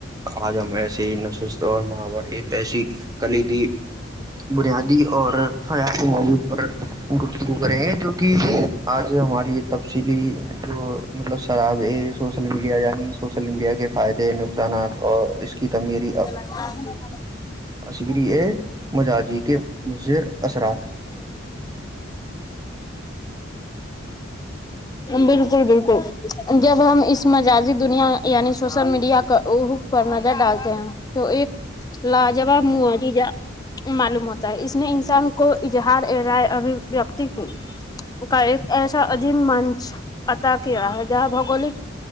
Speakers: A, on the right (about 20°); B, on the left (about 20°).
A: آج ہم ایسے ہی نشست اور ماںور ایک ایسی کلیدی بنیادی اور حیاتی معود پر گ ڈب رہے ہیں جو کہ آج ہماری تفصیلی جو مطلب شرابے سوشل میڈیا یعنی سوشل میڈیا کے فائدے نقصانات اور اس کی تمیری اب
B: ج ج
A: عشری ہے مجاجی کے مضر اثرات <inaudible>
B: بالکل بالکل جب ہم اس مجازی دنیا یعنی سوشل میڈیا کا او پر نظر ڈالتے ہیں تو ایک لا جباب مج جا معلوم ہوتا اس نے انسان کو اظہار رائے ابوتی کا ایک ایسا عجیب منچ پتا کیا ہے جہاں بوگولک